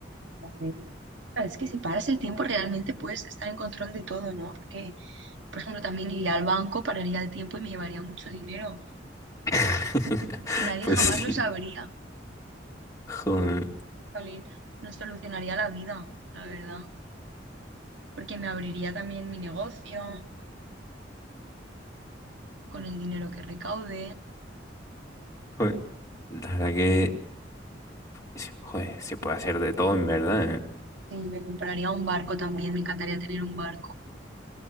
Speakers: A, on the right; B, on the left.
A: La regla. Claro, Es que si paras el tiempo realmente puedes estar en control de todo, ¿no? Porque, por ejemplo, también iría al banco, pararía el tiempo y me llevaría mucho dinero.
B: <laughs>
A: Y nadie
B: Pues
A: jamás
B: sí.
A: lo sabría.
B: Joder,
A: Jolín, nos solucionaría la vida, la verdad. Porque me abriría también mi negocio con el dinero que recaude.
B: joder. La verdad que, sí, joder, se puede hacer de todo en verdad, ¿eh?
A: Sí, me compraría un barco también, me encantaría tener un barco.